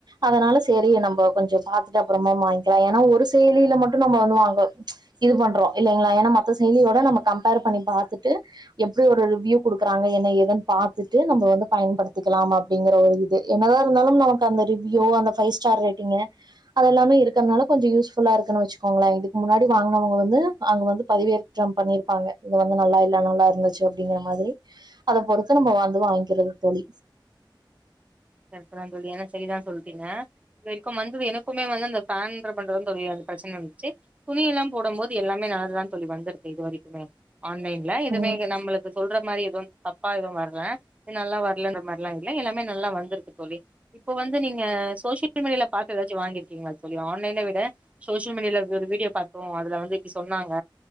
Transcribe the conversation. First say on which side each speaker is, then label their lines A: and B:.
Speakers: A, on the right; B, on the right.
A: அதனால செரி நம்ம கொஞ்சோ பாத்துட்டு அப்றமா வாங்கிலா ஏனா ஒரு செயலில மட்டு நம்ம வந்து வாங்கோ இது பண்றோ இல்லைங்களா ஏனா மத்த செயலியோட நம்ம கம்பர் பண்ணி பாத்துட்டு எப்டி ஒரு ரிவ்யூ குடுக்குறாங்க என்ன ஏதுனு பாத்துட்டு நம்ம வந்து பயன்படுத் திகலாம் அப்டிங்கற ஒரு இது என்னதா இருந்தாலும் நமக்கு அந்த ரிவ்யு அந்த பைவ் ஸ்டார் ரேட்டிங்கு அதெல்லாமே இருகிறதுனால கொஞ்ச யூஸ்ஃபுல்லா இருக்குனு வச்சுகோங்களே இதுக்கு முன்னாடி வாங்கினவங்க வந்து அங்க வந்து பதிவே ற்றம் பண்ணிருப்பாங்க இது வந்து நல்லா இல்ல நல்லா இருந்துச்சு அப்டிங்கிற மாதிரி அத பொறுத்து நம்ம வந்து வாங்கிக்கிறது தோழி
B: கரக்டு தா தோழி ஆனா சரிதா சொல்ட்டீங்க இது வரைக்கும் வந்தது எனக்குமே வந்து அந்த பேன்ற பண்றது வந்து ஒரு பிரச்சனை வந்துச்சு துணிலாம் போடும் போது எல்லாமே நல்லதா தோழி வந்திருக்கு இது வரைக்குமே ஆன்லைன்ல எதுமே
A: ம்
B: நம்மளுக் இப்ப சொல்ற மாரி எதவு தப்பா எதுவு வரல நல்லா வரலன்ற மாரிலா இல்ல எல்லாமே நல்லா வந்து க்கு தோழி இப்ப வந்து நீங்க சோசியல் மீடியாவில பாத்து ஏதாச்சு வாங்கிருக்கீங்களா தோழி ஆன்லைன்ல விட சோசியல் மீடியல ஒரு வீடியோ பாத்தோ அதுல வந்து இப்டி சொன்னாங்க